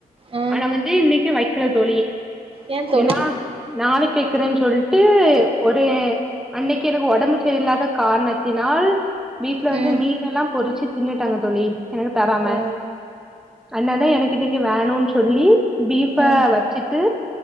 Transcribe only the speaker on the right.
ஆ
ஏ தோழி
ம்
ஓ
ம்